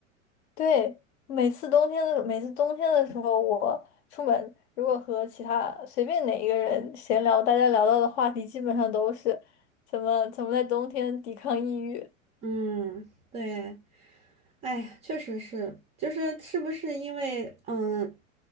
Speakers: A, on the left (about 55°); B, on the right (about 15°).
A: 对，每次冬天的每次冬天的时候，我出门如果和其他随便哪一个人闲聊，大家聊到的话题基本上都是怎么怎么在冬天抵抗抑郁。
B: 嗯，对，哎呀，确实是，就是是不是因为，嗯，